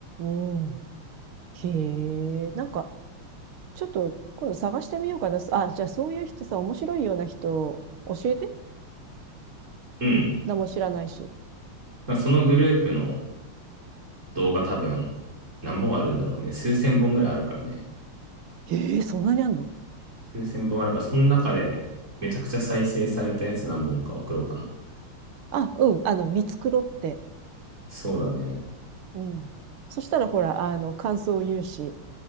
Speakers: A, on the right; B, on the right.
A: ん。うんへえ、なんか、ちょっと今度探してみようかな。あ、じゃあそういう人さ、面白いような人、教えて。
B: うん。
A: 何も知らないし。
B: まあそのグループの動画多分何本あるんだろうね。数千本ぐらいあるからね。
A: へえ、そんなにあんの
B: 数千本あるから、その中でめちゃくちゃ再生されたやつ何本か送ろうかな。
A: あ、うん、あの、見繕って。
B: そうだね。
A: うん。そしたらほら、あの、感想を言うし、